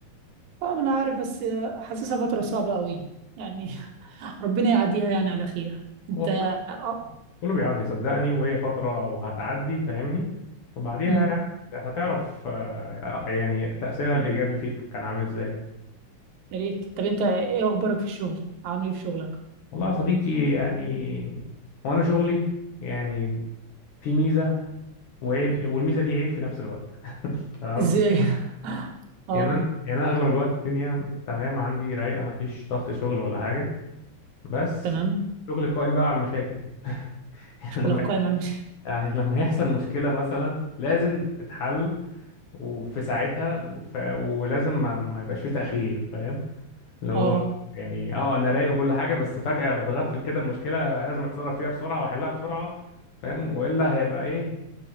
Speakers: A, on the right; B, on the left.
A: طبعا أنا عارف بس آه، حاسسها فترة صعبة قوي يعني <laughs> ربنا يعديها يعني على خير
B: هو
A: انت
B: كله
A: آه،
B: كله بيعدي صدقني وهي فتره وهتعدي فاهمني وبعديها
A: امم
B: يعني هتعرف آه، يعني تاثيرها الايجابي فيك كان عامل ازاي
A: يا ريت طب انت ايه اخبارك في الشغل عامل ايه في شغلك
B: والله يا صديقي يعني هو انا شغلي يعني في ميزه وعيب والميزه دي عيب في نفس الوقت تمام
A: ازاي <laughs> اه
B: يعني انا يعني انا اغلب الوقت الدنيا تمام عندي رايقه ما فيش ضغط شغل ولا حاجه بس
A: تمام
B: شغل قائم بقى على المشاكل <laughs> يعني
A: شغلك
B: لما
A: قائم مش
B: يعني لما يحصل مشكله مثلا لازم تتحل وفي ساعتها وف... ولازم ما... ما يبقاش فيه تاخير فاهم اللي هو
A: اه
B: يعني اه انا رايق وكل حاجه بس فجاه بتغفل كده بمشكله لازم اتصرف فيها بسرعه واحلها بسرعه فاهم والا هيبقى ايه